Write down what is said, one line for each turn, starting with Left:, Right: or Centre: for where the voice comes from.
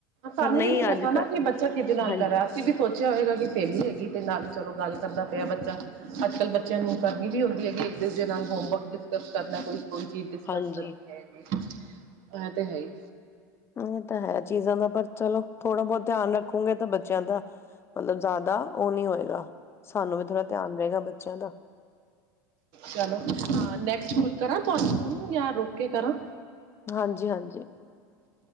Right: ਸਾਨੂੰ
Left: ਪਰ ਨਹੀਂ
Right: ਵੀ ਨੀ ਪਤਾ
Left: ਅੱਜ
Right: ਨਾ
Left: ਕੱਲ
Right: ਕਿ ਬੱਚਾ ਕਿਹਦੇ ਨਾਲ
Left: ਹਾਂਜੀ
Right: ਕਰਹਾ ਅਸੀਂ ਵੀ ਸੋਚਿਆ ਹੋਏਗਾ ਕਿ ਸਲੀ ਹੈਗੀ ਤੇ ਨਾਲ ਹੀ ਚਲੋ ਗੱਲ ਕਰਦਾ ਮੇਰਾ ਬੱਚਾ, ਅੱਜ-ਕੱਲ ਬੱਚਿਆਂ ਨੂੰ ਕਰਨੀ ਵੀ ਹੁੰਂਦੀ ਹੈ ਕਿ ਇੱਕ-ਦੂਜੇ ਨਾਲ ਹੋਮਵਰਕ ਡਿਸਕਸ ਕਰਦਾ ਕੋਈ ਕੋਈ ਚੀਜ਼ ਡਿਸਕਸ
Left: ਹਾਂਜੀ
Right: ਕਰਨੀ ਹੈਏਗੀ ਅ ਤੇ ਹੈ ਹੀ
Left: ਇਹ ਤਾਂ ਹੈ ਚੀਜ਼ਾਂ ਦਾ ਪਰ ਚਲੋ ਥੋੜ੍ਹਾ-ਬਹੁਤ ਧਿਆਨ ਰੱਖੂਗੇ ਤਾਂ ਬੱਚਿਆਂ ਦਾ ਮਤਲਬ ਜ਼ਿਆਦਾ ਓਹ ਨਹੀਂ ਹੋਏਗਾ ਸਾਨੂੰ ਵੀ ਥੋੜਾ ਧਿਆਨ ਰਹੇਗਾ ਬੱਚਿਆਂ ਦਾ
Right: ਚਲੋ, ਹਾਂ ਨੈਕਸਟ ਕਰਾਂ ਤੁਹਾਨੂੰ ਫਨ, ਯ ਰੋਕ ਕੇ ਕਰਾਂ?
Left: ਹਾਂਜੀ ਹਾਂਜੀ